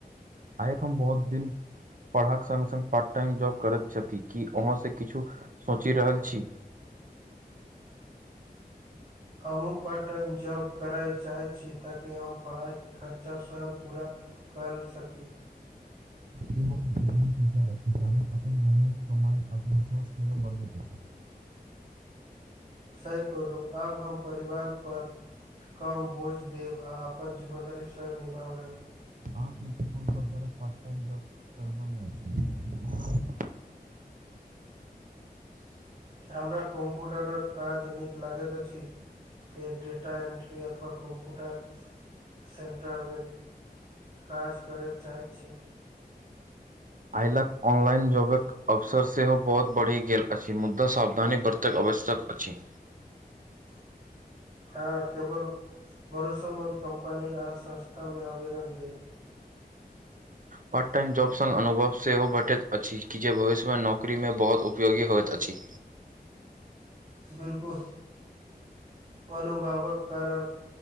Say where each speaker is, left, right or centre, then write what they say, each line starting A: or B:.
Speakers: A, on the right (about 55°); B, on the right (about 35°).
A: आइक हम बहुत दिन पढ़क सङ्ग सङ्ग पार्ट टाइम जॉब करैत छथि कि ओहो से किछु सोचि रहल छी
B: हमहूँ पार्ट टाइम जॉब करय चाहैत छी ताकि हम पढ़ाइ खर्चा स्वयं पूरा कर सकी
A: ए बहुत नीक विचार अछि कारण अपन मेहनत कमाय आत्मविश्वास सेवा बढ़बैत अछि
B: सही कहलहुं आब हम परिवारपर कम बोझ देब आ अपन जिम्मेदारी स्वयं निभाबब
A: आ कोन प्रकार पार्टटाइम जॉब करमे छै
B: हमरा कम्प्यूटरक काज नीक लागैत अछि त डेटा एन्ट्री अथवा कम्प्यूटार सेन्टरमे काज करय चाहै छी
A: आइ लख अनलइन जॉबक अवसर सेहो बहुत बढ़ि गेल अछि मुदा सावधानी बरतक आवश्यक अछि
B: <unintelligible> हँ केवल भरोसोमंद कम्पनी आ संस्था में आवेदन देब
A: पार्ट टाइम जॉब सङ् अनुभव सेहो भेटैत अछि कि जे भविष्यमे नौकरीमे बहुत उपयोगी होइत अछि
B: बिलकुल अनुभावक कारम